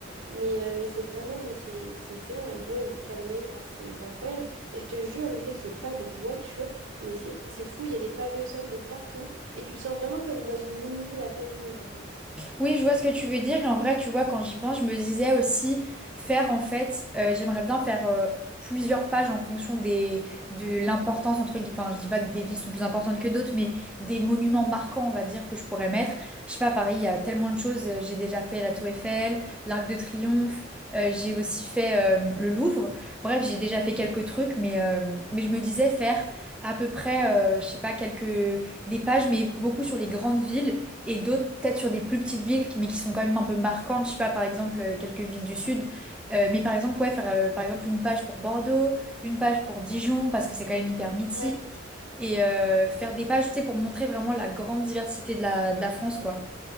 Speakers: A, on the right; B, in the centre.
A: Mais, euh, mais c'est vraiment, mais c'est c'est excellent. Et Bois, elle est cannelée, enfin, c'est c'est incroyable. Et je te jure, le fait qu'il n'y ait pas de voiture, mais c'est c'est fou, il y a des pavés au sol de partout. Et tu te sens vraiment comme dans une mini-ville à taille humaine un peu.
B: Oui, je vois ce que tu veux dire. Et en vrai, tu vois, quand j'y pense, je me disais aussi faire, en fait, euh, j'aimerais bien faire euh, plusieurs pages en fonction des, de l'importance, entre guillemets, enfin, je dis pas que des villes sont plus importantes que d'autres, mais des monuments marquants, on va dire, que je pourrais mettre. Je sais pas, à Paris, il y a tellement de choses. Euh, J'ai déjà fait la Tour Eiffel, l'Arc de Triomphe, euh, j'ai aussi fait euh, le Louvre. Bref, j'ai déjà fait quelques trucs, mais, euh, mais je me disais faire à peu près, euh, je sais pas, quelques, des pages, mais beaucoup sur les grandes villes et d'autres, peut-être sur des plus petites villes, mais qui sont quand même un peu marquantes. Je sais pas, par exemple, euh, quelques villes du sud. Euh, mais par exemple, ouais, faire euh, par exemple une page pour Bordeaux, une page pour Dijon, parce que c'est quand même hyper mythique.
A: ouais
B: Et euh, faire des pages, tu sais, pour montrer vraiment la grande diversité de la, de la France, quoi.